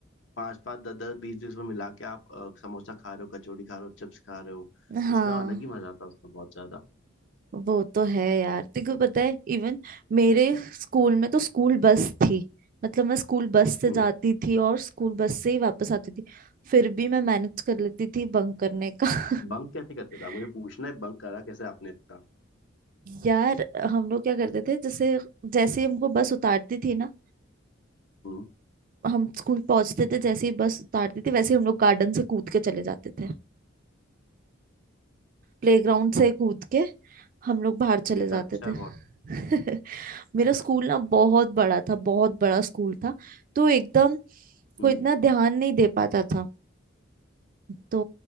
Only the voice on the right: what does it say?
हाँ
वो तो है यार तेको पता है इवन मेरे स्कूल में तो स्कूल बस थी मतलब मैं स्कूल बस से
जाती थी और स्कूल बस से ही वापस आती थी फिर भी मैं मैनेज कर लेती थी बंक करने का
<laughs>
यार हम लोग क्या करते थे जैसे जैसे ही हमको बस उतारती थी ना
हम स्कूल पहुंचते थे जैसे ही बस उतारती थी वैसे ही हम लोग गार्डन से कूद के चले जाते थे प्लेग्राउंड से कूद के हम लोग बाहर चले
जाते
थे
<laughs> मेरा स्कूल ना बहुत बड़ा था बहुत बड़ा स्कूल था तो एकदम
को इतना ध्यान नहीं दे पाता था तो